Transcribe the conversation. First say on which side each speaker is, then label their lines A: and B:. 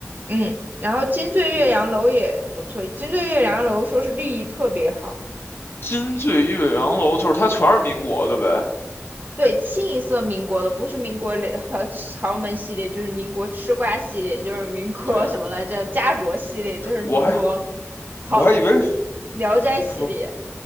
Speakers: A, on the right; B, on the left.
A: 嗯，然后金醉岳阳楼也不错，金醉岳阳楼说是利益特别好，
B: 金醉岳阳楼就是它全是民国的呗？
A: 对，清一色民国的，不是民国雷和豪门系列，就是民国吃瓜系列，就是民国什么来着？
B: 对，
A: 家国系列，就是民国
B: 我还
A: 好
B: 我还以为是
A: 聊斋系列，
B: 你说